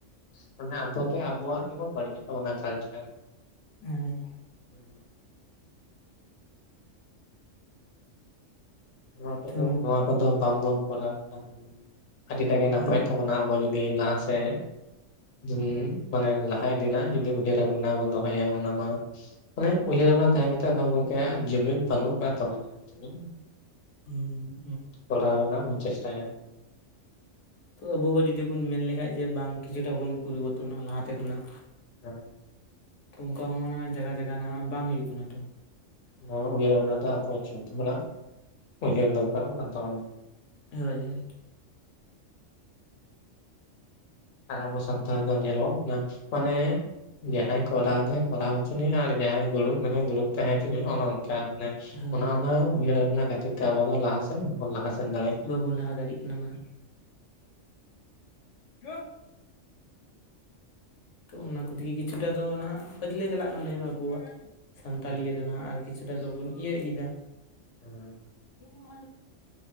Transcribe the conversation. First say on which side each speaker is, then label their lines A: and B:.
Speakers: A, on the left; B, on the left.
A: ᱢᱟᱱᱮ ᱟᱵᱚᱛᱮ ᱟᱵᱚᱣᱟᱜ ᱜᱮᱵᱚᱱ ᱵᱟᱲᱤᱡᱮ ᱛᱟᱵᱚᱱᱟ ᱪᱷᱟᱭ ᱫᱷᱟᱭ
B: ᱦᱳᱭ
A: ᱦᱮᱸ ᱱᱚᱣᱟ ᱠᱚᱫᱚ
B: ᱛᱚ
A: ᱱᱚᱣᱟ ᱠᱚᱫᱚ ᱵᱟᱝᱵᱚᱱ ᱯᱟᱲᱦᱟᱱ ᱞᱮᱠᱷᱟᱱ ᱟᱹᱰᱤ ᱫᱟᱜᱮ ᱱᱟᱯᱟᱭᱚᱜ
B: ᱦᱳᱭ
A: ᱛᱟᱵᱚᱱᱟ ᱟᱵᱚ ᱡᱩᱫᱤ ᱞᱟᱦᱟᱥᱮᱜ ᱦᱩᱸ ᱢᱟᱱᱮ ᱞᱟᱦᱟ ᱤᱫᱤᱱᱟᱜ ᱡᱩᱫᱤ ᱩᱭᱦᱟᱹᱨ ᱟᱵᱚᱱᱟ ᱵᱚᱱ ᱫᱚᱦᱚᱭᱟ ᱚᱱᱟ ᱢᱟ ᱢᱟᱱᱮ ᱩᱭᱦᱟᱹᱨ ᱛᱟᱦᱮᱸ ᱠᱟᱛᱮ ᱜᱚᱝᱠᱮ ᱡᱩᱢᱤᱫᱽ ᱵᱟᱹᱱᱩᱜ ᱟᱠᱟᱫ ᱛᱟᱵᱚᱱᱟ ᱡᱩᱢᱤ
B: ᱦᱩᱸ
A: ᱠᱚᱨᱟᱣ ᱨᱮᱱᱟᱜ ᱵᱩᱱ ᱪᱮᱥᱴᱟᱭᱟ
B: ᱛᱚ ᱟᱵᱚ ᱵᱚ ᱦᱚᱸ ᱡᱩᱫᱤ ᱵᱚᱱ ᱢᱮᱱ ᱞᱮᱠᱷᱟᱡ ᱡᱮ ᱵᱟᱝ ᱠᱤᱪᱷᱩᱴᱟ ᱵᱚᱱ ᱯᱚᱨᱤᱵᱚᱨᱛᱚᱱᱚᱜᱼᱟ ᱞᱟᱦᱟᱛᱮ ᱠᱷᱚᱱᱟᱜ
A: ᱦᱮᱸ
B: ᱛᱚ ᱚᱱᱠᱟ ᱦᱚᱸ ᱢᱟ ᱡᱟᱜᱟ ᱡᱟᱭᱟᱱᱟ ᱦᱟᱜ ᱵᱟᱝ ᱦᱩᱭᱩᱜ ᱠᱟᱱᱟ ᱛᱚ
A: ᱩᱦᱟᱹᱨ ᱚᱱᱟ ᱫᱚ ᱟᱵᱳᱣᱟᱜ ᱡᱚᱪᱚ ᱦᱚᱲᱟᱜ ᱩᱭᱦᱟᱹᱨ ᱫᱚ ᱨᱚᱠᱟᱨᱚᱜ ᱠᱟᱱ ᱛᱟᱵᱚᱱᱟ᱾
B: ᱦᱳᱭ ᱦᱳᱭ
A: ᱟᱨ ᱟᱵᱚ ᱥᱟᱱᱛᱟᱲ ᱫᱚ ᱧᱮᱞᱚᱜ ᱢᱟᱱᱮ ᱡᱟᱦᱟᱸᱟᱭ ᱠᱚᱨᱟᱣ ᱫᱟᱭ ᱠᱚᱨᱟᱣ ᱦᱚᱪᱚᱱᱤᱡ ᱟᱨ ᱡᱟᱦᱟᱸᱭ ᱫᱩᱲᱩᱵ ᱢᱟᱱᱟᱭ ᱫᱩᱲᱩᱵ ᱛᱟᱸᱦᱮ ᱦᱚᱪᱚ ᱚᱱᱮ ᱚᱱᱠᱟ ᱢᱟᱱᱮ
B: ᱦᱳᱭ
A: ᱚᱱᱟ ᱚᱱᱟ
B: ᱦᱳᱭ
A: ᱩᱭᱦᱟᱹᱨ ᱟᱵᱱᱟ ᱠᱷᱟᱹᱛᱤᱨ ᱛᱮ ᱟᱵᱚ ᱫᱚ ᱞᱟᱦᱟ ᱥᱮᱱ ᱵᱚᱱ ᱞᱟᱦᱟ ᱥᱮᱱ ᱫᱟᱲᱮᱜ
B: ᱵᱟᱵᱚᱱ
A: ᱠᱟᱱᱟ᱾ <unintelligible>
B: ᱞᱟᱦᱟ ᱫᱟᱲᱮᱜ ᱠᱟᱱᱟ ᱱᱟᱦᱟᱜ <inaudible> ᱛᱚ ᱚᱱᱟ <unintelligible> ᱠᱤᱪᱷᱩᱴᱟ ᱫᱚ ᱱᱟᱦᱟᱜ ᱯᱟᱹᱪᱞᱮ ᱪᱟᱞᱟᱜ ᱠᱟᱱ ᱛᱟᱵᱚᱱᱟ ᱟᱵᱚᱣᱟᱜ ᱥᱟᱱᱛᱟᱞᱤ
A: ᱦᱩᱸ
B: ᱤᱭᱟᱹ ᱫᱚ ᱦᱟᱸᱜ ᱟᱨ ᱠᱤᱪᱷᱩᱴᱟ ᱫᱚᱵᱚᱱ ᱤᱭᱟᱹ ᱤᱫᱤᱭᱟ
A: ᱦᱮᱸ
B: <unintelligible>